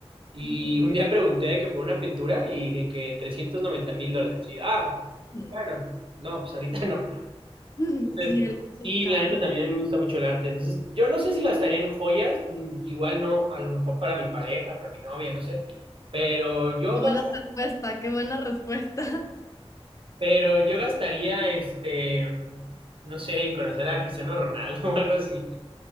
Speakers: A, on the right; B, on the left.
A: Y
B: Ujú.
A: un día pregunté de que por una pintura y de que trescientos noventa mil dólares. Y ah,
B: Mm.
A: bueno, no, pues ahorita no.
B: <laughs>
A: Entonces,
B: Sí, el arte
A: sí,
B: es caro.
A: la neta también a mí me gusta mucho el arte. Entonces, yo no sé si gastaría en joyas, mm, igual no, a lo mejor para mi pareja, para mi novia, no sé. Pero yo,
B: Qué
A: gas-
B: buena respuesta, qué buena respuesta.
A: pero yo gastaría, este, no sé, en conocer a Cristiano Ronaldo <laughs> o algo así.